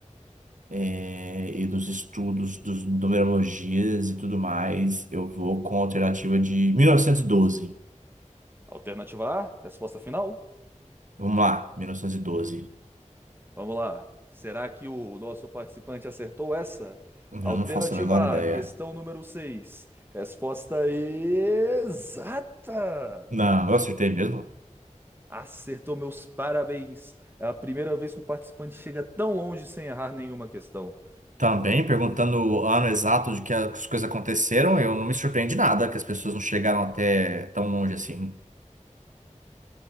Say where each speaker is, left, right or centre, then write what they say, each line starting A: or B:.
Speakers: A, on the right; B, on the right.
A: é, e dos estudos, dos numerologias e tudo mais, eu vou com a alternativa de 1912.
B: Alternativa A, resposta final?
A: Vamos lá, 1912.
B: Vamos lá. Será que o nosso participante acertou essa?
A: Eu
B: Alternativa
A: não faço a menor ideia.
B: A, questão número 6. Resposta exata!
A: Não, eu acertei mesmo.
B: Acertou, meus parabéns! É a primeira vez que um participante chega tão longe sem errar nenhuma questão.
A: Também perguntando o ano exato de que as coisas aconteceram, eu não me surpreende nada que as pessoas não chegaram até tão longe assim.